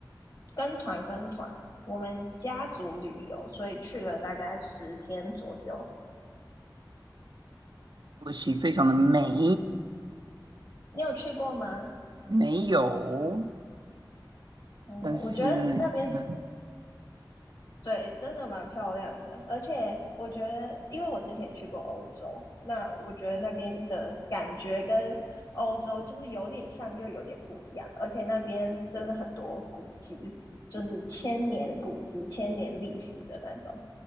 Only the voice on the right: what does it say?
土耳其非常的美，
没有，
但是嗯